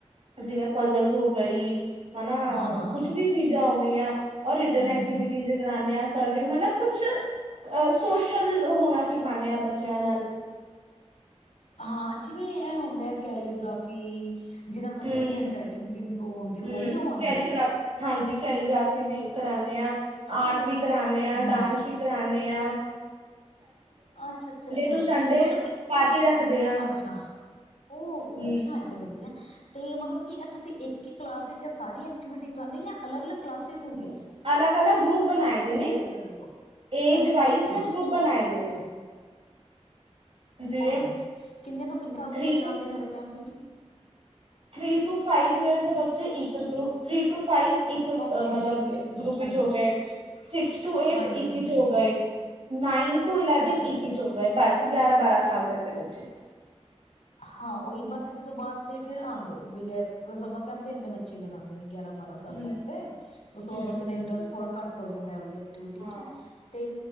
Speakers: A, on the right; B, on the left.
A: ਜਿਵੇਂ ਪਜ਼ਲਸ ਹੋ ਗਈ। ਹਨਾ
B: ਹਾਂ ਹਾਂ
A: ਕੁਛ
B: ਹਾਂ
A: ਵੀ ਚੀਜ਼ਾਂ ਮਆ <inaudible> ਔ ਰਿਟਰਨ
B: ਹੂੰ
A: ਐਕਟੀਵਿਟੀਜ਼
B: ਹੂੰ
A: ਵੀ ਕਰਾਾਨੇ ਆ ਕਲ ਡਰਿੰਕ ਮਤਲਬ ਕੁਛ ਅਹ ਸੋਸ਼ਲ ਹੋਣਾ ਸਿਖਾਂਨੇ ਆਂ, ਬੱਚਿਆਂ ਨਾਲ
B: ਹਾਂ ਜਿਵੇਂ, ਇਹ ਹੁੰਦੇ ਆ ਕੈਲੀਗ੍ਰਾਫ ਜੀ। ਜਿਹਦੇ ਨਾਲ ਬੱਚੇ
A: ਹੂੰ,
B: ਦੀ ਹੈਂਡ ਰਈਟਿੰਗ ਵੀ ਇੰਪਰੂਵ ਹੁੰਦੀ, ਉਹ
A: ਹੂੰ
B: ਵੀ ਲਗਵਾਉਂਦੇ
A: ਕੈਲੀਗ੍ਰਾਫ
B: ਹੋ।
A: ਹਾਂਜੀ ਕੈਲੀਗ੍ਰਾਫੀ ਵੀ ਕਰਾਨੇ ਆਂ ਆਰਟ ਵੀ ਕਰਾਨੇ ਆਂ,
B: ਹੂੰ
A: ਡਾਂਸ ਵੀ ਕਰਾਨੇ ਆਂ।
B: ਅੱਛਾ -ਅੱਛਾ, ਅੱਛਾ
A: ਟੂ ਸੰਡੇ
B: ਮਤਲਬ ਕਿ,
A: ਪਾਰਟੀ ਰੱਖਦੇ ਆ
B: ਅੱਛਾ ਉਹ
A: ਹੂੰ।
B: ਅੱਛਾ ਹੈ ਤੇ ਵਧੀਆ ਤੇ ਮਤਲਬ ਕਿ, ਇਹ ਤੁਸੀਂ ਇੱਕ ਹੀ ਕਲਾਸ ਚ ਸਾਰੀ ਐਕਟੀਵਿਟੀ ਕਰਾਉਦੇ ਹੋ ਜਾਂ, ਅਲੱਗ ਅਲੱਗ ਕਲਾਸਿਸ ਹੁੰਦੀ ਆ।
A: ਅਲੱਗ -ਅਲੱਗ ਗਰੁੱਪ ਬਨਾਏਦੇ ਨੇ
B: ਕਰਦੇ ਹੋ
A: ਏਜ
B: ਅੱਛਾ ਅੱਛਾ
A: ਵਾਈਜ਼ ਮੈਂ ਗਰੁੱਪ ਬਣਾਏ ਦੇ ਨੇ। ਜਿਵੇਂ
B: ਕਿੰਨੇ ਤੋਂ ਕਿੰਨੇ ਸਾਲ
A: ਥ੍ਰਰੀ
B: ਦੇ ਬਚੇ
A: ਟੂ
B: ਆਉਂਦੇ ਨੇ ਸਮਰ ਕੈਂਪ ਵਿਚ?
A: ਥ੍ਰਰੀ ਟੂ ਫਾਈਵ ਈਅਰਸ ਦੇ ਬੱਚੇ ਇੱਕ ਗ ਥ੍ਰੀ ਟੂ ਫਾਈਵ ਇੱਕ
B: ਓਕੇ
A: ਮਤਲਬ
B: ਠੀਕ ਹੈ
A: ਗਰੁੱਪ
B: ਹਾਂਜੀ
A: ਵਿੱਚ ਹੋ ਗਏ ਸਿਕਸ ਟੂ ਏਟ
B: ਹਾਂਜੀ
A: ਇੱਕ
B: ਹਾਂਜੀ ਹਾਂਜੀ
A: ਹੋ ਗਏ। ਨਾਈਨ ਟੂ ਇਲੈਵਨ
B: ਅੱਛਾ ਅੱਛਾ
A: ਇੱਕੀ ਚ ਹੋ ਗਏ ਬੱਸ ਗਿਆਰਾਂ ਬਾਰਾਂ ਸਾਲ ਤਕ ਦੇ ਬੱਚੇ
B: ਹਾਂ ਉਹੀ ਬਸ ਇਸ ਤੋਂ ਬਾਅਦ ਤੇ ਫੇਰ ਆਉਂਦੇ ਬਈ ਸਮਰ ਕੈਂਪ ਤੇ ਇੰਨੇ ਬੱਚੇ ਲਗਾਉਂਦੇ ਨੇ ਗਿਆਰਾਂ ਬਾਰਾਂ ਸਾਲ
A: ਹੂੰ।
B: ਤੱਕ ਤੇ ਉਸ ਤੋਂ
A: ਹੂੰ
B: ਬਾਅਦ ਬੱਚੇ ਦਾ ਇੰਟਰਸਟ ਥੋੜ੍ਹਾ ਘਟ ਹੋ ਜਾਂਦਾ ਵਆ
A: ਹਾਂ
B: ਤੇ